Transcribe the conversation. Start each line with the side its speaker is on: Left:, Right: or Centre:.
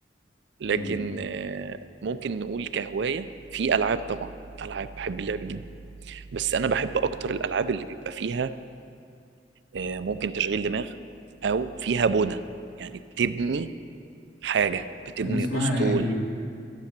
Right: لكن
Left: امم
Right: آه، ممكن نقول كهواية في ألعاب طبعا ألعاب بحب اللعب جدا بس أنا بحب أكتر الألعاب اللي بيبقى فيها آه، ممكن تشغيل دماغ أو فيها بنى يعني بتبني حاجة بتبني
Left: كان اسمها
Right: أسطول
Left: ايه